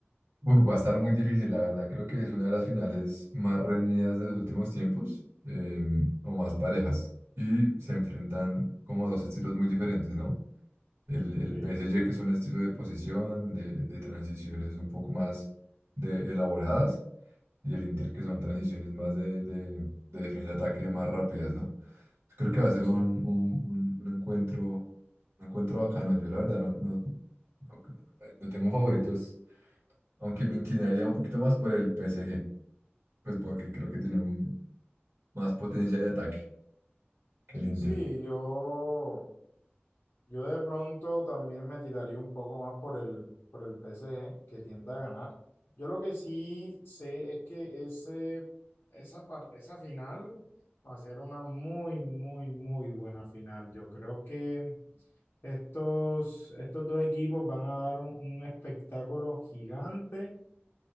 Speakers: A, on the right; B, on the left.
A: Uf, va a estar muy difícil, la verdad. Creo que es una de las finales más reñidas de los últimos tiempos, em, o más parejas. Y se enfrentan como dos estilos muy diferentes, ¿no? El,
B: Ok,
A: el PSG, que es un estilo de posesión, de, de transiciones un poco más de, elaboradas, y el Inter, que son transiciones más de, de, de defensa-ataque más rápidas, ¿no? Pues Creo que va a ser
B: sí.
A: un, un, un- un encuentro, un encuentro bacano. Yo la verdad no, no, no, no tengo favoritos, aunque me inclinaría un poquito más por el PSG, pues porque creo que tiene un- más potencia de ataque que el Inter.
B: Sí, yo, yo de pronto también me tiraría un poco más por el, por el PSG, que tiende a ganar. Yo lo que sí sé es que ese, esa, par- esa final va a ser una muy, muy, muy buena final. Yo creo que Estos, estos dos equipos van a dar un, un espectáculo gigante